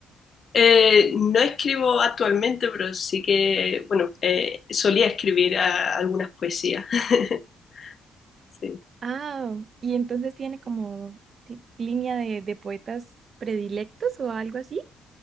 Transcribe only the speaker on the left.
Eh, no escribo actualmente, pero sí que, bueno, eh, solía escribir ah, algunas poesías. <laughs> Sí.